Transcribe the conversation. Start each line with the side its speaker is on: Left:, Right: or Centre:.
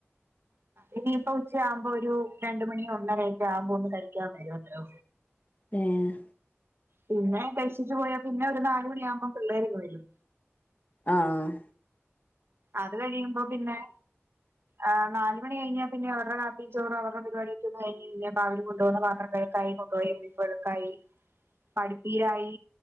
Right: ഇനിയിപ്പോ ഉച്ചയാവുമ്പോ ഒരു രണ്ട് മണി ഒന്നരയൊക്കെ ആവുമ്പോ ഒന്ന് കഴിക്കാൻ വരുട്ടോ
Left: ഏഹ്
Right: പിന്നെ കഴിച്ച്ട്ട് പോയാ പിന്നെ ഒരു നാല് മണിയാവുമ്പം പിള്ളേരിങ്ങ് വരും
Left: ആഹ്
Right: അത് കഴിയുമ്പോ പിന്നെ ആഹ് നാല് മണി കഴിഞ്ഞാ പിന്നെ അവര്ടെ കാപ്പി ചോറോ അവര്ടെ പരിപാടിയക്കൊന്ന് കഴിഞ്ഞ് പിന്നെ <unintelligible> കൊണ്ടോന്ന പാത്ര ക തൈ കൊണ്ടോയി <unintelligible>
Left: ഉ
Right: പഠിപ്പയിലായി